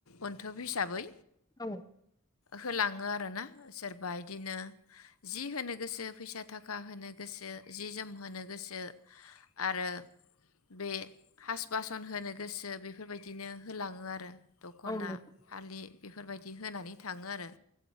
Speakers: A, on the left; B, on the left.
A: अनथोब हिसाबै
B: औ
A: होलाङो आरोना सोरबा इदिनो जि होनो गोसो फैसा थाखा होनो गोसो जि जोम होनो गोसो आरो बे हास बासन होनो गोसो बेफोरबायदिनो होलाङो आरो दख'ना
B: औ नंगौ
A: फालि बेफोरबायदि होनानै थाङो आरो